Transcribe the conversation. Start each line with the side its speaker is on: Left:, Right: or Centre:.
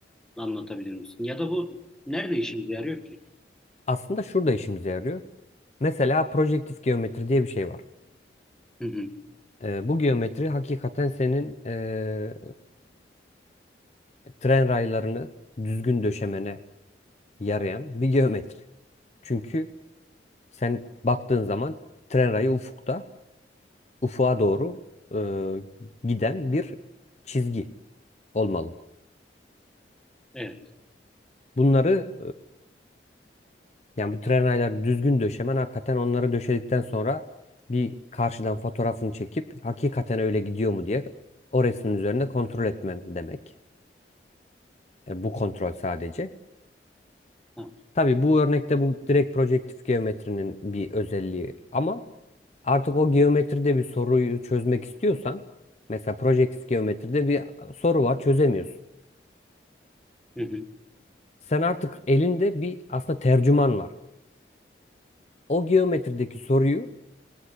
Centre: anlatabilir misin? Ya da bu nerede işimize yarıyor ki?
Left: Aslında şurada işimize yarıyor. Mesela projektif geometri diye bir şey var.
Centre: Hı hı,
Left: Ee, bu geometri hakikaten senin eee, tren raylarını düzgün döşemene yarayan bir geometri. Çünkü Sen baktığın zaman tren rayı ufukta, ufuğa doğru e, giden bir çizgi olmalı.
Centre: evet,
Left: Bunları e, yani bu tren rayları düzgün döşemen hakikaten onları döşedikten sonra bir karşıdan fotoğrafını çekip hakikaten öyle gidiyor mu diye o resmin üzerinde kontrol etmen demek. E, bu kontrol sadece.
Centre: tamam.
Left: Tabii bu örnekte bu direkt projektif geometrinin bir özelliği ama Artık o geometride bir soruyu çözmek istiyorsan, mesela projektif geometride bir soru var çözemiyorsun.
Centre: Hı hı,
Left: Sen artık elinde bir aslında tercüman var. O geometrideki soruyu